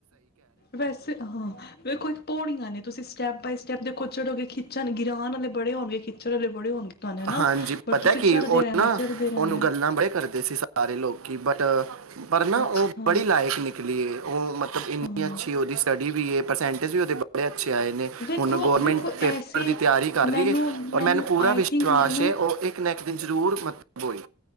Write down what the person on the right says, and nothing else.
ਹਾਂਜੀ
ਪਤਾ
ਕਿ
ਉਹ
ਨਾ
ਉਹਨੂੰ ਗੱਲਾਂ ਬੜੇ ਕਰਦੇ ਸੀ, ਸਾਰੇ ਲੋਕੀ ਬਟ ਪਰ ਨਾ
ਉਹ ਬੜੀ ਲਾਇਕ ਨਿਕਲੀ ਹੈ। ਉਹ ਮਤਲਬ ਇੰਨੀ
ਅੱਛੀ ਉਹਦੀ ਸਟੱਡੀ ਵੀ ਹੈ। ਪ੍ਰਸੈਂਟ ਵੀ ਉਹਦੇ ਬੜਿਆ ਅੱਛੇ ਆਏ ਨੇ
ਹੁਣ ਗੌਰਮੈਂਟ
ਪੇਪਰ
ਦੀ ਤਿਆਰੀ ਕਰ ਰਹੀ
ਹੈ ਔਰ ਮੈਨੂੰ ਪੂਰਾ
ਵਿਸ਼
ਟਰਾਸਸ਼
ਉਹ ਇੱਕ ਇੱਕ ਦਿਨ ਜਰੂਰ ਮਤਲਬ ਹੋਏ